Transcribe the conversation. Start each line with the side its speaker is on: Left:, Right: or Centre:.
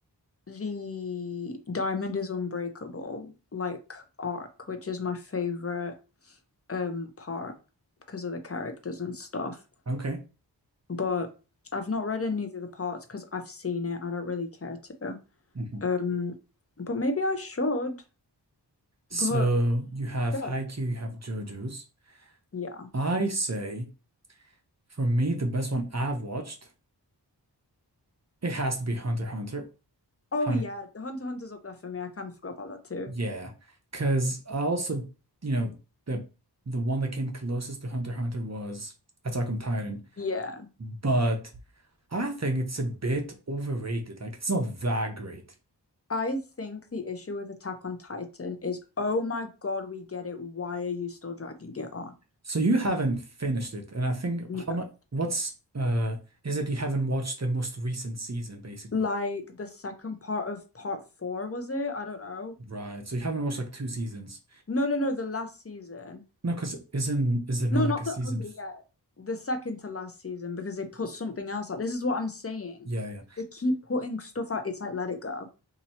Left: the Diamond is Unbreakable like arc, which is my favorite um part because of the characters and stuff.
Right: Okay.
Left: But I've not read any of the parts because I've seen it. I don't really care to.
Right: Mhm.
Left: Um, but maybe I should.
Right: So
Left: But
Right: you have
Left: yeah,
Right: Haikyuu, you have JoJo's.
Left: yeah.
Right: I say. For me, the best one I've watched, it has to be Hunter x Hunter.
Left: Oh
Right: Hunter,
Left: yeah, Hunter x Hunter's up there for me. I kind of forgot about that too.
Right: yeah, because I also, you know, the the one that came closest to Hunter x Hunter was Attack on Titan,
Left: Yeah.
Right: but I think it's a bit overrated. Like it's not that great.
Left: I think the issue with Attack on Titan is, oh my god, we get it. Why are you still dragging it on?
Right: So you haven't finished it, and I think
Left: No.
Right: how much? What's uh is it you haven't watched the most recent season, basically?
Left: Like the second part of part four, was it? I don't know.
Right: Right. So you haven't watched like two seasons.
Left: No, no, no, the last season.
Right: No, because isn't is there not
Left: No,
Right: like
Left: not
Right: a season?
Left: the. Okay,
Right: f-
Left: yeah. The second to last season because they put something else out. This is what I'm saying.
Right: Yeah, yeah.
Left: They keep putting stuff out. It's like, let it go.